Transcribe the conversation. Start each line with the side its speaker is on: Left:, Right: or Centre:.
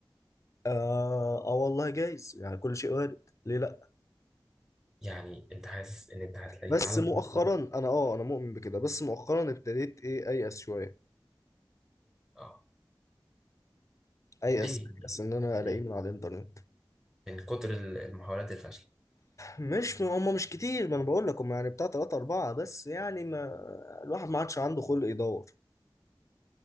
Left: آه, اه والله جايز يعني كل شيء وارد ليه لا
Centre: يعني انت حاسس ان انت هتلاقيه
Left: بس
Centre: على
Left: مؤخرا
Centre: الانترنت
Left: انا اه انا مؤمن بكده بس مؤخرا ابتديت ايه ايأس شويه
Centre: اه
Left: ايأس
Centre: ليه
Left: ايأس ان انا الاقيه
Centre: ليه
Left: من على الانترنت
Centre: من كتر ال- المحاولات الفاشله
Left: مش هم مش كتير ما انا بقول لك هم يعني بتاع ثلاثة أربعة بس يعني ما الواحد ما عادش عنده خلق يدور